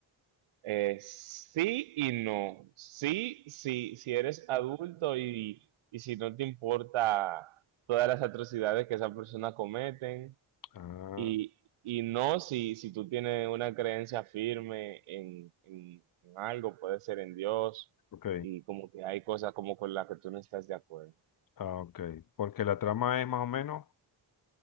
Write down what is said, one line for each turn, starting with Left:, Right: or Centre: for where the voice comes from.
Right: Eh, sí y no. Sí, sí, si eres adulto y, y si no te importa todas las atrocidades que esas personas cometen.
Left: Ah,
Right: Y, y no si, si tú tienes una creencia firme en, en- en algo, puede ser en Dios,
Left: ok,
Right: y como que hay cosas como con las que tú no estás de acuerdo.
Left: ah, ok, porque la trama es más o menos.